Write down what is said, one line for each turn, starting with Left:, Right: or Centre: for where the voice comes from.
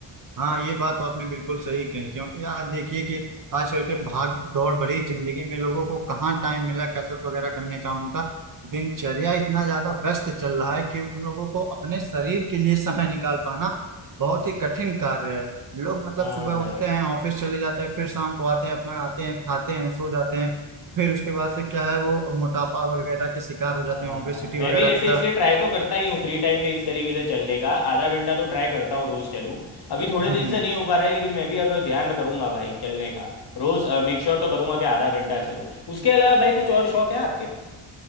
Right: हाँ ये बात तो आपने बिल्कुल सही कही क्योंकि यार देखिए कि आजकल के भाग दौड़ भरी जिंदगी में लोगों को कहाँ टाइम मिला कसरत वगैरह करने का उनका दिनचर्या इतना ज्यादा व्यस्त चल रहा है कि उन लोगों को अपने शरीर के लिए समय निकाल पाना बहुत ही कठिन कार्य है लोग मतलब
Left: हाँ
Right: सुबह
Left: भाई
Right: उठते हैं ऑफिस चले जाते हैं फिर शाम को आते हैं अपना आते हैं खाते हैं सो जाते हैं फिर उसके बाद से क्या है वो मोटापा वगैरह के शिकार हो जाते
Left: हाँ
Right: हैं ओबेसिटी
Left: हाँ मैं
Right: वगैरह
Left: भी ऐसे
Right: तरह
Left: इसलिए ट्राई तो करता ही हूँ फ्री टाइम में इस तरीके से चलने का आधा घंटा तो ट्राई करता हूँ रोज़ चलूँ अभी थोड़े
Right: हम्म
Left: दिन से नहीं हो पा रहा है लेकिन मैं भी अब ध्यान करूँगा भाई चलने का रोज़ मेक श्योर तो करूँगा कि आधा घंटा चलूँ उसके अलावा भाई कुछ और शौक है आपके